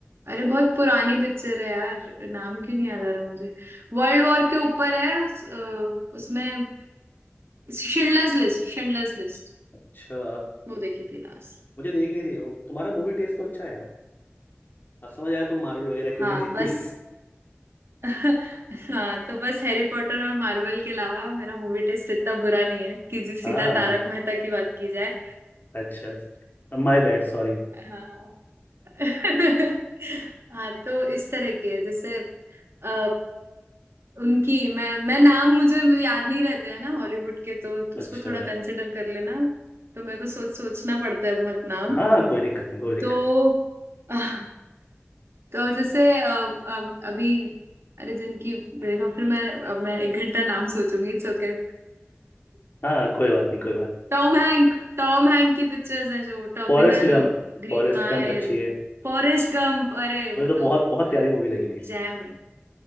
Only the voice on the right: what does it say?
अरे बहुत पुरानी पिक्चर है यार नाम क्यों नहीं याद आ रहा मुझे वर्ल्ड वॉर के ऊपर है उस- अ, उसमें शिंडलर्स लिस्ट शिंडलर्स लिस्ट
वो देखी थी लास्ट
हाँ
बस हाँ तो बस हैरी पॉटर और मार्वल के अलावा मेरा मूवी टेस्ट इतना बुरा नहीं है कि जी सीधा
तारक मेहता की बात की जाए
हाँ <laughs> हाँ तो इस तरह की है जैसे अ, उनकी मैं मैं नाम मुझे, मुझे याद नहीं रहते हैं ना हॉलीवुड के तो
उसको थोड़ा कंसिडर कर लेना तो मेरे को सोच सोचना पड़ता है बहुत नाम
तो <laughs> तो जैसे अ, अ, अभी अरे जिनकी देखो फिर मैं अब मैं एक घंटा नाम सोचूंगी it's okay
Tom Hank Tom Hank <laughs> की पिक्चर्स हैं जो Terminal
Green
Mile
Forrest Gump अरे वो
तो
जैम
है